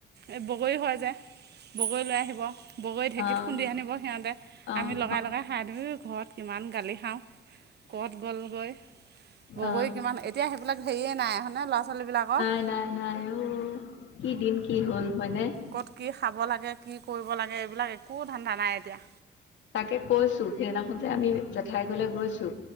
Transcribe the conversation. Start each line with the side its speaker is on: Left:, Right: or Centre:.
Right: এই বগৰী হয় যে। বগৰী লৈ আহিব, বগৰী ঢেঁকীত
Left: অ',
Right: খুন্দি আনিব সিহঁতে,
Left: অ',
Right: আমি লগাই-লগাই খাই ধৰি ঘৰত কিমান গালি খাওঁ। ক'ত গ'লগৈ? বগৰী
Left: অ',
Right: কিমান এতিয়া সেইবিলাক হেৰিয়ে নাই হয়নে ল'ৰা-ছোৱালীবিলাকৰ?
Left: নাই, নাই অ। কি দিন কি হ'ল, হয়নে?
Right: ক'ত কি খাব লাগে, কি কৰিব লাগে এইবিলাক একো ধান্দা নাই এতিয়া।
Left: তাকে কৈছো সেইদিনাখন যে আমি জেঠাই ঘৰলে গৈছো